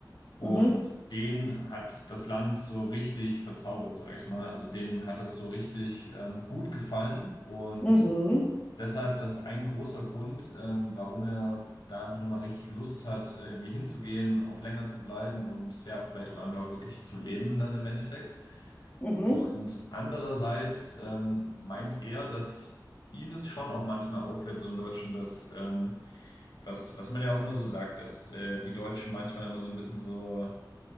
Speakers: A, on the left; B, on the left.
A: und
B: Mhm,
A: den hat das Land so richtig verzaubert, sage ich mal. Also denen hat das so richtig ähm, gut gefallen und
B: mhm,
A: deshalb, das ist ein großer Grund, ähm, warum er da einfach nochmal richtig Lust hat, äh, irgendwie hinzugehen, auch länger zu bleiben und ja, vielleicht auch einfach wirklich zu leben dann im Endeffekt.
B: mhm.
A: Und andererseits ähm, meint er, dass ihm das schon auch manchmal auffällt, so in Deutschland, dass, ähm, was, was man ja auch immer so sagt, dass äh, die Deutschen manchmal immer so ein bisschen so,